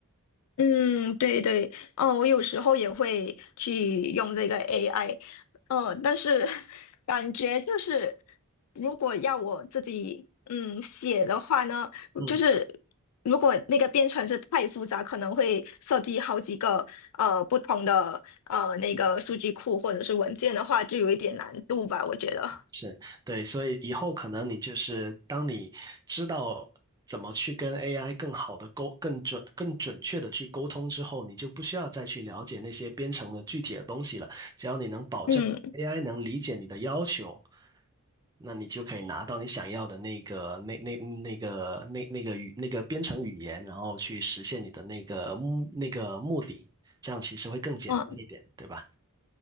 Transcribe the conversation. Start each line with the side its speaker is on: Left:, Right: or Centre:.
Left: 嗯，对对，哦，我有时候也会去用这个 AI，嗯，哦但是 <laughs> 感觉就是，如果要我自己嗯写的话呢，
Right: 嗯
Left: 就是如果那个编程是太复杂，可能会设计好几个呃不同的呃那个数据库或者是文件的话，就有一点难度吧，我觉得。
Right: 是，对，所以以后可能你就是当你知道怎么去跟 AI 更好的沟、更准、更准确的去沟通之后，你就不需要再去了解那些编程的具体的东西了。只要你能保证
Left: 嗯
Right: AI 能理解你的要求，那你就可以拿到你想要的那个、那那那个、那那个语、那个编程语言，然后去实现你的那个目、那个目的。这样其实会更简单一点，
Left: 嗯，
Right: 对吧？